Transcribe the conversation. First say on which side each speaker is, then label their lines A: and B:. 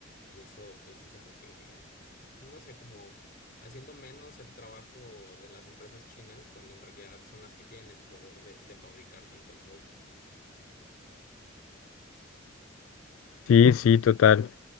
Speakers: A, on the left; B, on the left.
A: y eso pues como que, no sé, como... haciendo menos el trabajo de las empresas chinas cuando en realidad son las que tienen el poder de de fabricar tantas bolsas.
B: Sí, sí, total,